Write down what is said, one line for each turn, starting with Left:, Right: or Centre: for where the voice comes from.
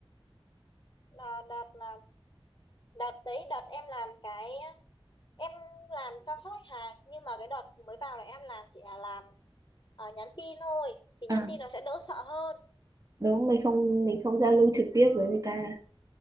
Left: là đợt là đợt đấy đợt em làm cái em làm chăm sóc khách hàng nhưng mà cái đợt mới vào này em làm chỉ là làm ờ, nhắn tin thôi thì nhắn
Right: à,
Left: tin nó sẽ đỡ sợ hơn
Right: đúng mình không mình không giao lưu trực tiếp với người ta